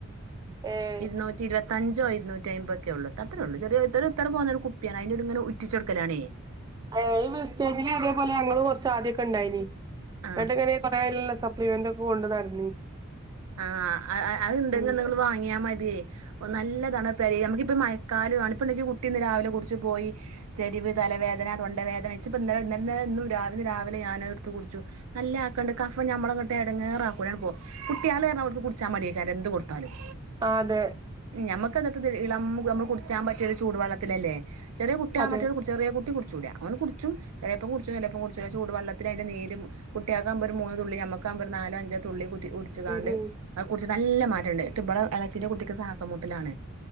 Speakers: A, on the right (about 20°); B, on the right (about 75°).
A: ഏഹ്
B: ഇരുന്നൂ ഇരുപത്തിയഞ്ചോ ഇരുന്നൂറ്റയ്മ്പോക്കെള്ളു അത്രേള്ളു ചെറിയ ഒരു ഇത്ര പോന്ന ഒരു കുപ്പിയാണ് അയിന്ന് ഇങ്ങനെ ഉറ്റിചൊടുക്കലാണേ..
A: ആ ഇ വെസ്റ്റേജില്തേപോലെ ഞങ്ങൾ കൊറച്ച് ആദ്യക്കെണ്ടായിന്
B: ആഹ്
A: എന്ന് ട്ട് ഇങ്ങനെ കുറെ അയിൽ ഉള്ള സപ്ളേമെന്റ് ഒക്കെ കൊണ്ട് നടന്നീനി
B: ആഹ് ആ അഹ്ണ്ടെങ്കി
A: ഉം
B: നിങ്ങള് വാങ്ങിയാ മതിയെ.. ഓ നല്ലതാണ് പെരേൽ ഞമകിപ്പോ മയക്കാലോണ് ഇപ്പന്റെ കുട്ടി ഇന്ന് രാവിലെ കുടിച്ച് പോയി.. ചെരിവ് തലവേദന തൊണ്ടവേദന ഇച് ഇപ്പം ഇന്നലെ ഇന്നല ഇന്നു രാവിലെ രാവിലെ ഞാനത്ടുത്ത് കുടിച്ചു.. നല്ല ആക്കണ്ട് കഫം ഞമ്മളങ്ങട്ട് എടങ്ങേറാ.. ഓല് അങ്ങട്ട് പോകും കുട്ട്യാള്ർന അവർക്ക് കുടിച്ചാ മടിയേക്കാരെ എന്ത് കൊടുത്താലും..
A: ആതെ..
B: ഞമ്മക്ക്തത്ത് ഇളം നമ്മള് കുടിച്ചാ പറ്റിയൊരു ചൂടുവള്ളത്തിലല്ലേ ചെറിയ കുട്ടിയാൾ
A: അതെ
B: മറ്റൊരുകു.. ചെറിയെ കുട്ടി കുടിച്ചൂല ഓന് കുടിച്ചും ചേലെപ്പം കുടിച്ചു ചെലേപ്പം കുടിച്ചുല ചൂടുവള്ളത്തില് അയിന്റെ നീരും.. കുട്ടിയാക്കബോ ഒരു മൂന്നുതുള്ളി നമ്മകാവുമ്പോ ഒരു നാലോ അഞ്ചോ.. തുള്ളി കുട്ടി കുടിച്കാണ്ട്
A: ഉം ഉം
B: അഹ് കുടിച്ച് നല്ല മാറ്റണ്ട് ഇട്ട് ഇബളെ എളച്ചിന്റെ കുട്ടിക്ക് സാസമുട്ടലാണ്..